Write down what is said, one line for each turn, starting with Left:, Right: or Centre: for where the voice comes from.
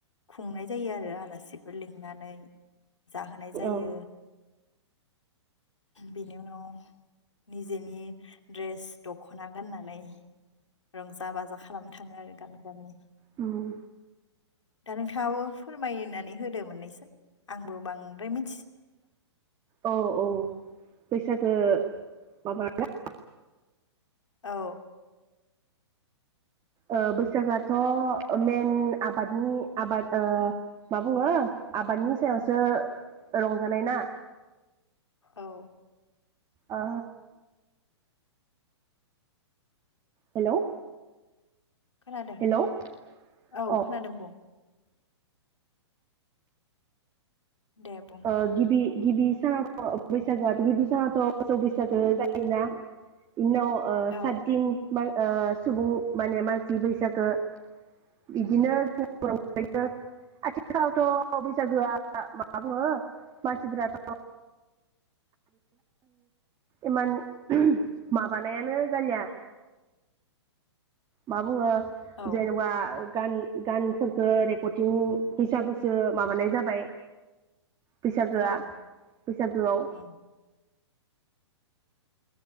Left: खुंनाय जायो आरो आलासिफोर लिंनानै जाहोनाय जायो
Right: औ ओ
Left: बेनि उनाव निजेनि ड्रेस दखना गाननानै रंजा बाजा खालामनो थाङो आरो। गामि-गामि
Right: उम
Left: दा नोंथाङाबो फोरमायनानै होदो मोननैसो आंबो बांद्राय मि
Right: औ - औ बैसागो बाब <unintelligible>
Left: औ
Right: अ बैसागुआथ' मेन आबादनि आबाद ओ मा बुङो आबादनि सायावसो रंजानाय ना
Left: औ
Right: ओ हेलौ
Left: खोनादों
Right: हेलौ
Left: औ
Right: अ
Left: खोनादों बुं दे बुं
Right: ओ गिबि गिबि सानाव बैसागोआथ गिबि सानावथ मोसौ बैसागो जायोना इनि उनाव
Left: औ
Right: साददिन ओ सुबुं माने मानसि बैसागो बिदिनो <unintelligible> आथिखालावथ बैसागोआ मा बुङो मानसिफोराथ इमान माबानायानो जालिया मा बुङो
Left: औ
Right: जेनेबा गान गानफोरखौ रेकरतिं हिसाबैसो माबानाय जाबाय बैसागोआ
Left: औ
Right: बैसागोआव
Left: उम